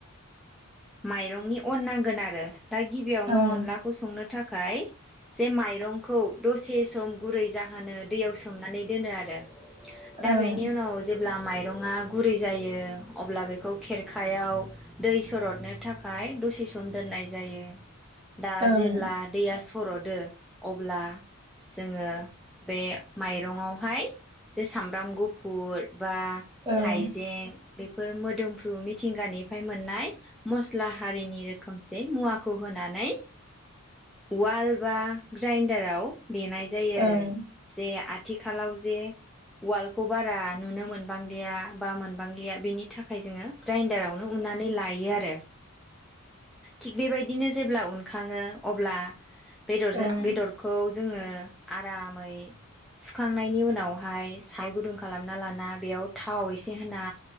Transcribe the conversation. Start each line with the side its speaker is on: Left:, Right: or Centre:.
Centre: माइरंनि अन नांगोन आरो। दा गिबियावनो
Right: ओं
Centre: अनलाखौ संनो था थाखाय जे माइरंखौ दसे सम गुरै जाहोनो दैयाव सोमनानै दोनो आरो। दा
Right: ओं
Centre: बेनि उनाव जेब्ला माइ माइरङा गुरै जायो अब्ला बेखौ खेरखायाव दै सरद नो थाखाय दसे सम दोननाय जायो। दा
Right: ओं
Centre: जेब्ला दैया स रदो अब्ला जोङो बे माइरङआवहाय जे सामब्राम गुफुर बा
Right: ओं
Centre: हाइजें बे फोर मोदोमफ्रु मिथिंगानिफ्राय मोननाय मस्ला हारिनि रोखोमसे मुवाखौ होनानै उवाल बा ग्राइनडाराव देनाय जायो आरो
Right: ओं ओं
Centre: जे आ थिखालाव जे उवालखौ बारा नुनो मोनबांलिया बा मोनबांलिया। बिनि थाखाय जोङो ग्राइडाराव उननानै लायो आरो। थिग बेबायदिनो जेब्ला उनखाङो अब्ला बेदरजों
Right: ओं
Centre: बेदरखौ जोङो आरामै सुखांनायनि उनावहाय साराइगुदुं खालामना लाना बेयाव थाव एसे होना